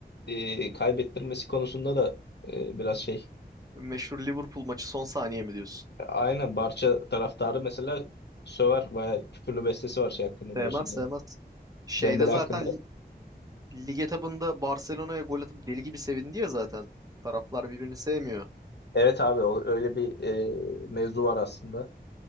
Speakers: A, on the left; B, on the right.
A: e, kaybettirmesi konusunda da e, biraz şey.
B: Meşhur Liverpool maçı son saniye mi diyorsun?
A: Aynen Barça taraftarı mesela söver bayağı küfürlü bestesi var şey hakkında
B: Sevmez
A: biliyorsun Dem-
B: sevmez. Şeyde
A: Dembele
B: zaten
A: hakkında.
B: li- lig etabında Barcelona'ya gol atıp deli gibi sevindi ya zaten. Taraflar birbirini sevmiyor.
A: Evet abi o- öyle bir e, mevzu var aslında.